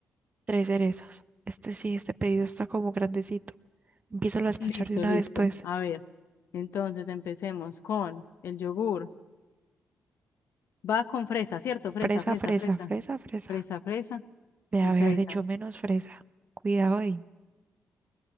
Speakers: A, on the right (about 35°); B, on the left (about 65°).
A: tres cerezas. Este sí, este pedido está como grandecito. Empiezo a despachar
B: Listo,
A: de una
B: listo.
A: vez, pues.
B: A ver, entonces empecemos con el yogur. Va con fresa, ¿cierto? Fresa,
A: Fresa,
B: fresa,
A: fresa,
B: fresa.
A: fresa, fresa.
B: Fresa, fresa
A: De
B: y
A: haberle
B: fresa.
A: hecho menos fresa. Cuidado ahí.